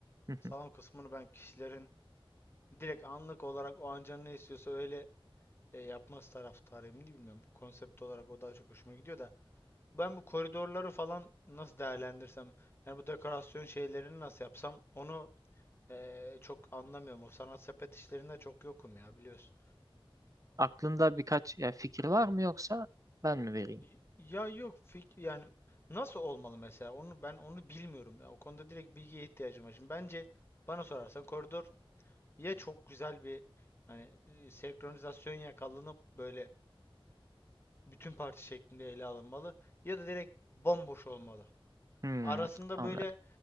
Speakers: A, on the right; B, on the left.
A: <laughs>
B: Salon kısmını ben kişilerin direkt anlık olarak o an canı ne istiyorsa öyle e, yapması taraftarıyım değil bilmiyorum. Konsept olarak o daha çok hoşuma gidiyor da. Ben bu koridorları falan nasıl değerlendirsem, yani bu dekorasyon şeylerini nasıl yapsam onu e, çok anlamıyorum. O sanat sepet işlerinde çok yokum ya biliyorsun.
A: Aklında birkaç ya fikir var mı yoksa ben mi vereyim?
B: Y- Ya yok fik- yani nasıl olmalı mesela onu ben onu bilmiyorum ya o konuda direkt bilgiye ihtiyacım var. Şimdi bence bana sorarsan koridor ya çok güzel bir hani e, senkronizasyon yakalanıp böyle bütün parti şeklinde ele alınmalı ya da direkt bomboş olmalı.
A: Hmm,
B: Arasında
A: anladım.
B: böyle